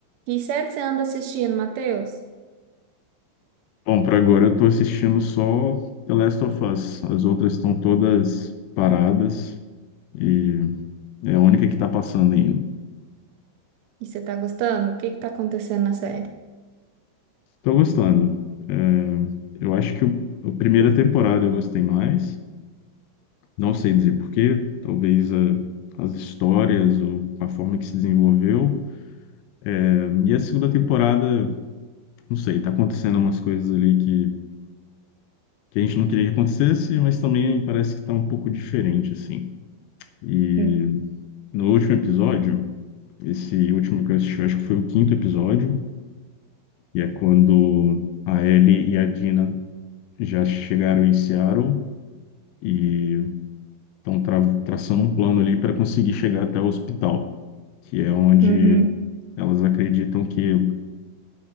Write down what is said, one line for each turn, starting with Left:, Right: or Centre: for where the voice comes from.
Right: Que série que você anda assistindo, Matheus?
Left: Bom, para agora eu tô assistindo só The Last of Us. As outras estão todas paradas e é a única que tá passando ainda.
Right: E você tá gostando? O que que tá acontecendo na série?
Left: Tô gostando. É, eu acho que o, a primeira temporada eu gostei mais. Não sei dizer porquê. Talvez a- as histórias ou a forma que se desenvolveu. É, E a segunda temporada, não sei, tá acontecendo umas coisas ali que, que a gente não queria que acontecesse, mas também parece que tá um pouco diferente, assim. E
Right: Hum.
Left: no último episódio. Esse último que eu assisti, eu acho que foi o quinto episódio, e é quando a Ellie e a Dina já chegaram em Seattle e estão tra traçando um plano ali para conseguir chegar até o hospital, que é onde
Right: Uhum,
Left: elas acreditam que